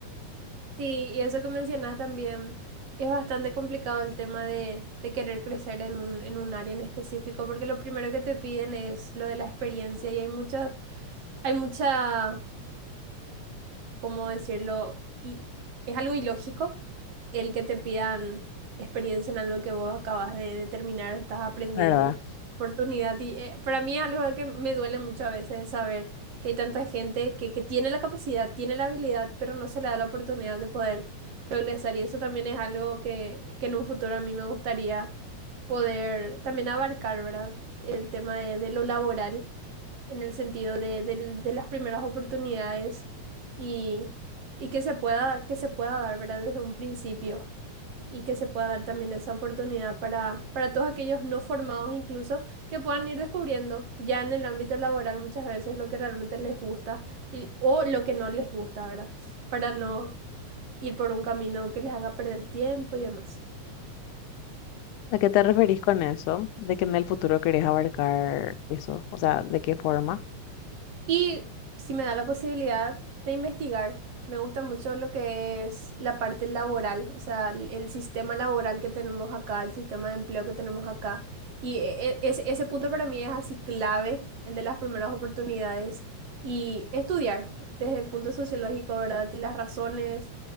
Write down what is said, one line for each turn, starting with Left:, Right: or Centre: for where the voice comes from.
Right: Sí, y eso que mencionas también es bastante complicado el tema de, de querer crecer en un, en un área en específico, porque lo primero que te piden es lo de la experiencia y hay mucha, hay mucha ¿cómo decirlo? Y es algo ilógico el que te pidan experiencia en algo que vos acabas de, de terminar, estás aprendiendo,
Left: ¿verdad?
Right: y oportunidad. Y eh, para mí es algo que me duele mucho a veces saber que hay tanta gente que, que tiene la capacidad, tiene la habilidad, pero no se le da la oportunidad de poder progresar. Y eso también es algo que, que en un futuro a mí me gustaría poder también abarcar, ¿verdad? El tema de de lo laboral en el sentido de, del- de las primeras oportunidades y, y que se pueda, que se pueda dar, ¿verdad? Desde un principio y que se pueda dar también esa oportunidad para, para todos aquellos no formados incluso que puedan ir descubriendo ya en el ámbito laboral muchas veces lo que realmente les gusta y- o lo que no les gusta, ¿verdad? Para no ir por un camino que les haga perder tiempo y demás.
Left: ¿A qué te referís con eso? ¿De que en el futuro querés abarcar eso? O sea, ¿de qué forma?
Right: Y si me da la posibilidad de investigar, me gusta mucho lo que es la parte laboral, o sea, el, el sistema laboral que tenemos acá, el sistema de empleo que tenemos acá. Y e- e- ese, ese punto para mí es así clave, el de las primeras oportunidades. Y estudiar desde el punto sociológico, ¿verdad? Las razones,